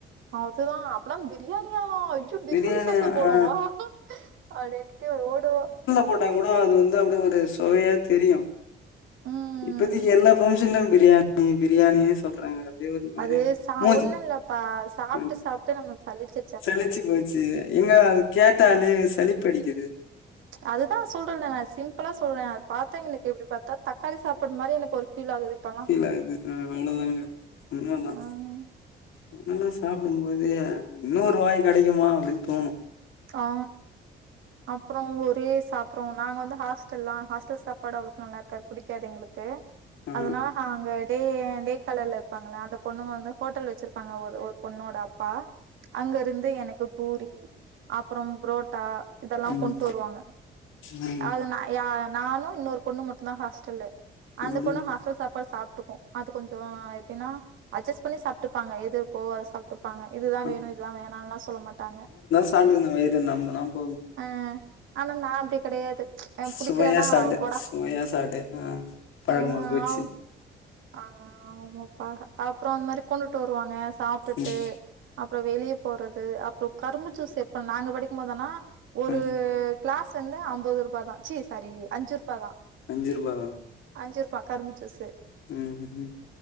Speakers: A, on the right; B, on the left.
A: அதுதா அப்பனா ப்ரியாணியா ஐயோ ப்ரியாணி
B: பிரியாணி
A: சாப்ட போல
B: ஆ
A: வா அப்டின்டிட்டி ஒடுவோ
B: போட்ட கூட அது வந்து அப்டி ஒரு சுவைய தெரியு
A: உம்
B: இப்போதிக்கு எல்லா ஃங்க்ஷன்ல ப்ரியாணி ப்ரியாணினு சொல்றாங்க அப்படியே ஒரு மாதிரி
A: அது ச
B: மூஞ்சி
A: ஒண்ணு இல்லப்பா சாப்ட்டு
B: ஆ,
A: சாப்ட்டு நமக்கு சலிச்சி
B: சலிச்சு போச்சு எங்க அதா கேட்டாலே சலிப்படிக்குது.
A: அதுதா சொல்றன்ல <inaudible> சிம்பிளா சொல்றே அது பாத்த எனக்கு எப்டி பாத்தா தக்காளி சாப்ட்டு மாரி எனக்கு ஒரு ஃபீல் ஆகுது இப்பெல்லாம்
B: ஃபீல் ஆவுது ம் அவ்ளோதாங்க உண்மதா
A: உம்
B: முன்னெல்லா சாப்டுபோதே இன்னொரு வாய் கெடைக்குமா அப்டின்னு தோணு
A: ஆ அப்றோ ஒரே சாப்றோ நாங்க வந்து ஹாஸ்டல்லா ஹாஸ்டல் சாப்பாடு அவ்ளோக்கு நல்லா இருக்காது புடிக்காது எங்களுக் கு
B: ஆ
A: அதனால ஹா அங்க டே டே காலர்ல இருப்பாங்கள அந்த பொண்ணுங்க வந்து ஹோட்டல் வச்சிருப்பாங்க ஒரு, ஒரு பொண்ணோட அப்பா. அங்க இருந்து எனக்கு பூரி அப்றோ புரோட்டா இதெல்லா
B: ம்
A: கொண்டு வருவாங்க
B: ம்
A: அத நா யார நானு இன்னொரு பொண்ணு மட்டுதா ஹாஸ்டல்லு அந்த
B: இங்கேயே
A: பொண்ணு ஹாஸ்டல் சாப்பாடு சாப் டுக்கு அது கொஞ்சோ எப்டின்னா அட்ஜஸ் பண்ணி சாப்ட்டுப்பாங்க ஏது இருக்கே அத சாப்ட்டுப்பாங்க இதுதா
B: ஆ
A: வேணு இதுதா வேணால்ல சொல்ல மாட்டாங்க.
B: <unintelligible> வயதா நம்புனா போதும்.
A: ஆ ஆனா நா அப்டி கெடையாது எனக் புடிக்கலனா
B: சுவையா சாப்ட்டே
A: போடா
B: சுவையா சாப்ட்டே ஆ பழக்கமா
A: ஆ
B: போச்சு
A: அவ் ஆ ஆமாப்பா அப்றோ அந்த மாரி கொண்டுட்டு வருவாங்க. சாப்ட்டுட்டு
B: ம்
A: அப்றோ வெளியே போறது அப்றோ கரும்பு ஜூஸ் இப்ப நாங்க படிக்கு போதுல்லா ஒரு
B: ம்
A: கிளாஸ் வந்து ஐம்பது ரூபா தா ச்சி சாரி அஞ்சு ரூபா தா
B: அஞ்சு ரூபா தானா
A: அஞ்சு ருபா கரும்பு ஜிஸ்ஸு
B: ம் ம்